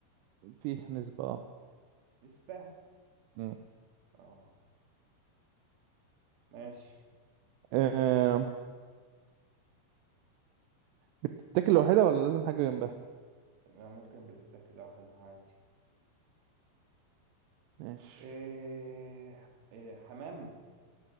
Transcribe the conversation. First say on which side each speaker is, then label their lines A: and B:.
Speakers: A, on the right; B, on the right.
A: فيه نسبة اه
B: نسبة
A: مم.
B: اه ماشي
A: آه، بتتاكل لوحدها ولا لازم حاجة جنبها
B: لا، ممكن بتتاكل واحد عادي
A: ماشي
B: آه، آه، حمام